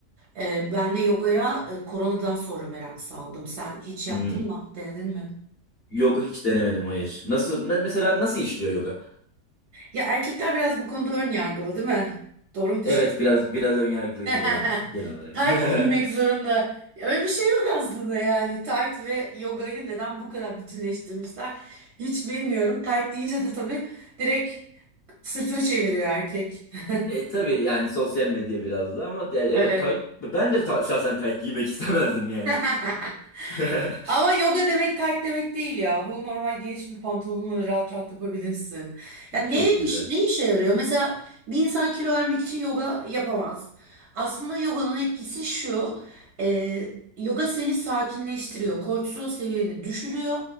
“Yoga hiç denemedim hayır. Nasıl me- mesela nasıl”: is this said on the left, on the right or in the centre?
Left